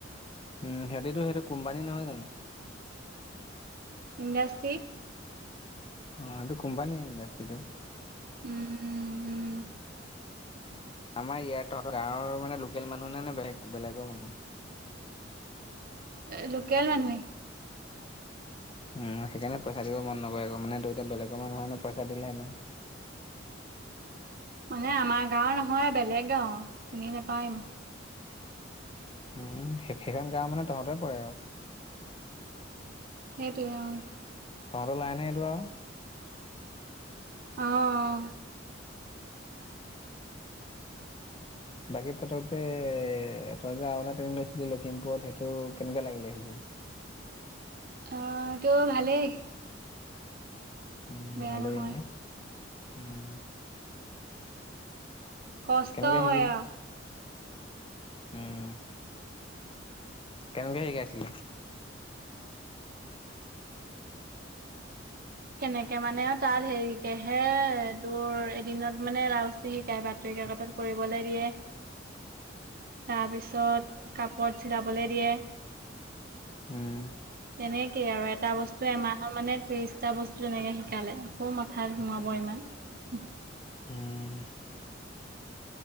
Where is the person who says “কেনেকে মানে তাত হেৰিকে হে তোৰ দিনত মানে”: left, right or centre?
Right